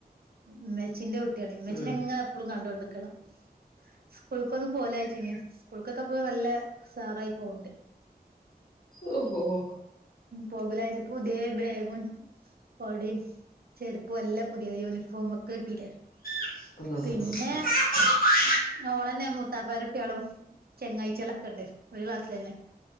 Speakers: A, on the right; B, on the left.
A: ഇമ്മച്ചീന്റെ കുട്ടിയാണ് ഇമ്മച്ചീനെ
B: ഉം
A: ഇങ്ങനെ എപ്പളും കണ്ടോണ്ടിക്കണം സ്കൂൾക്കൊന്നും പോവൂലായിച്ചിനി സ്കൂൾക്കൊക്കെ പോ നല്ല ഉഷാറായി പോവ്ണ്ട്
B: ഓഹ് ഹോഹോ
A: പോകലായിച്ചു പുതിയ ബേഗ് കൊടേം ചെരുപ്പും എല്ലാം പുതിയ യൂണിഫോമൊക്കെ കിട്ടീല്ലേ
B: ആഹ്
A: പിന്നെ ഓളന്നെ മൂത്താപ്പാരൊട്ടികളും ചെങ്ങായിച്ചികളൊക്കെണ്ട് ഒരു ക്ലാസ്സിലന്നേ